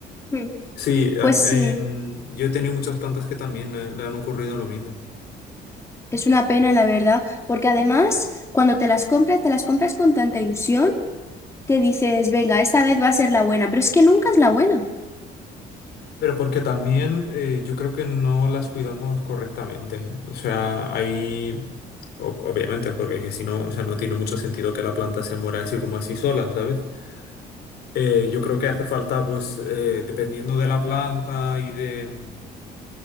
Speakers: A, on the left (about 15°); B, on the left (about 70°).
A: Mm,
B: Sí, an-
A: Pues
B: en-
A: sí,
B: yo he tenido muchas plantas que también eh, le han ocurrido lo mismo.
A: es una pena, la verdad, porque además, cuando te las compras, te las compras con tanta ilusión que dices, venga, esta vez va a ser la buena, pero es que nunca es la buena.
B: Pero porque también eh, yo creo que no las cuidamos correctamente. O sea, hay... o- Obviamente, porque es que si no, o sea, no tiene mucho sentido que la planta se muera así como así sola, ¿sabes? Eh, yo creo que hace falta, pues, eh, dependiendo de la planta y de,